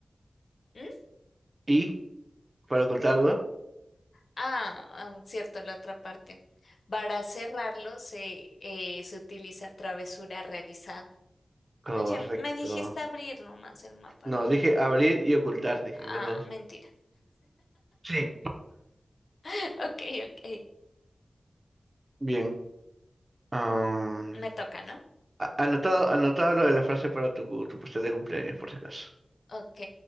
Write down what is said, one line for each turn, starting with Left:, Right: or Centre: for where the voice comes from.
Left: ¿Mm?
Right: y, para ocultarlo.
Left: Ah, ah, cierto, la otra parte. Para cerrarlo se, eh, se utiliza travesura realizada.
Right: Correcto.
Left: Oye, me dijiste abrir nomás el mapa
Right: No,
Left: del
Right: dije
Left: mar.
Right: abrir y ocultar, dije,
Left: Ah,
Right: los dos.
Left: mentira.
Right: Sí.
Left: <laughs> Ok, ok.
Right: Bien. Am,
Left: Me toca, ¿no?
Right: a- anotado, anotado lo de la frase para tu, tu pastel de cumpleaños, por si acaso.
Left: Ok,